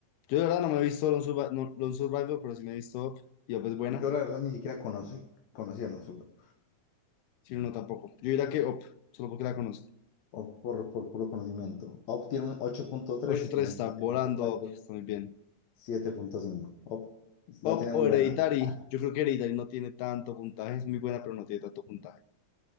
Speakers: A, on the left; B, on the left.
A: Yo de verdad no me he visto Lone Survi- no, Lone Survivor, pero sí me he visto Up. Y Up es buena,
B: Yo la verdad ni siquiera conocí, conocía a Lone Survivor.
A: si no, no tampoco. Yo diría que Up, solo porque la conozco.
B: Up por, por puro conocimiento. Up tiene un ocho punto tres
A: Ocho tres
B: mientras
A: está volando,
B: que Lone Survivor
A: Up, está muy bien.
B: siete punto cinco. Up
A: Up
B: la tiene
A: o
B: muy buena.
A: Hereditary.
B: Ja.
A: Yo creo que Hereditary no tiene tanto puntaje, es muy buena, pero no tiene tanto puntaje.